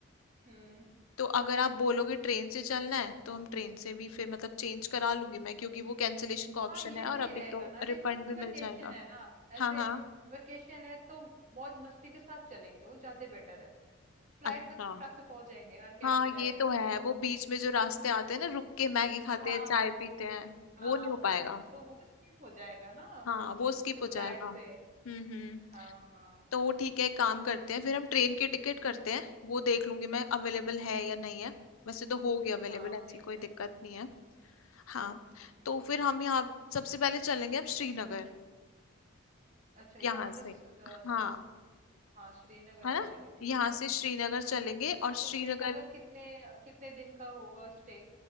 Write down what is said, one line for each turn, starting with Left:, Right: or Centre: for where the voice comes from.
Right: हम्म
Left: तो अगर आप बोलोगे
Right: ठीक
Left: ट्रेन
Right: है
Left: से चलना है तो हम ट्रेन से भी फिर मतलब चेंज करा लूंगी मैं क्योंकि वो कैंसिलेशन का ऑप्शन
Right: हाँ ये
Left: है
Right: सही
Left: और अभी
Right: रहेगा
Left: तो
Right: ना देखो
Left: रिफंड
Right: एक तो
Left: भी
Right: वेकेशन
Left: मिल जाएगा
Right: है ना ऐसे
Left: हाँ हाँ
Right: वेकेशन है तो मौज मस्ती के साथ चलेंगे वो ज्यादा बेटर है फ्लाइट
Left: अच्छा
Right: में तो फटाक से पहुंच जाएंगे यार क्या
Left: हाँ
Right: ही मजा
Left: ये
Right: आएगा
Left: तो
Right: बताओ
Left: है वो बीच में जो रास्ते
Right: <laughs>
Left: आते हैं ना रुक के मैगी खाते
Right: हाँ
Left: हैं चाय पीते
Right: वो
Left: हैं
Right: हाँ
Left: वो नहीं हो
Right: हाँ
Left: पाएगा
Right: तो वो स्किप हो जाएगा ना
Left: हाँ वो स्किप
Right: तो
Left: हो
Right: फ्लाइट
Left: जाएगा हम्म
Right: से
Left: हम्म
Right: हाँ हाँ
Left: तो ठीक है एक काम करते हैं फिर हम ट्रेन की टिकट करते हैं वो देख लूंगी मैं अवेलेबल
Right: हम्म,
Left: है या नहीं है वैसे तो होगी अवेलेबल
Right: हाँ आप
Left: ऐसी
Right: देख
Left: कोई
Right: लेना
Left: दिक्कत नहीं है हाँ
Right: हम्म
Left: तो फिर हम यहाँ सबसे पहले चलेंगे हम श्रीनगर
Right: अच्छा यहाँ
Left: यहाँ
Right: से
Left: से
Right: श- अ, श-
Left: हाँ
Right: हाँ श्रीनगर
Left: है ना
Right: चलेंगे ठीक
Left: यहाँ
Right: है
Left: से श्रीनगर
Right: हम्म
Left: चलेंगे और
Right: तो
Left: श्रीनगर
Right: श्रीनगर कितने कितने दिन का होगा स्टे